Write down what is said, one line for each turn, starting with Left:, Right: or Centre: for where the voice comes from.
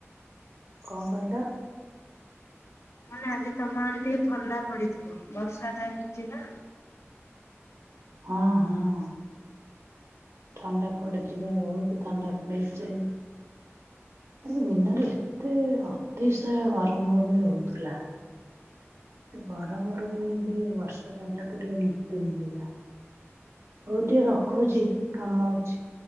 Right: କଣ କହିଲ
Left: ମାନେ ଆଜି ତମ ଆଡେ ଟିକେ ଥଣ୍ଡା ପଡିଥିବ ବର୍ଷାଟା ହେଇଛି ନା।
Right: ହଁ ହଁ। ଥଣ୍ଡା ପଡିଚି ପା ବହୁତ ଥଣ୍ଡା ପଡିଯାଇଛି ଆଜି ଆଜି ଦିନରେ ଏତେ ଅତିଶୟ ଗରମ ବି ହଉଥିଲା। ଗରମ ରୁ ଟିକିଏ ବର୍ଷା ଟା ହେଲା ଠୁ ମୁକ୍ତି ମିଳିଲା। ହଉ ଟିକେ ରଖୁଚି। କାମ ଅଛି।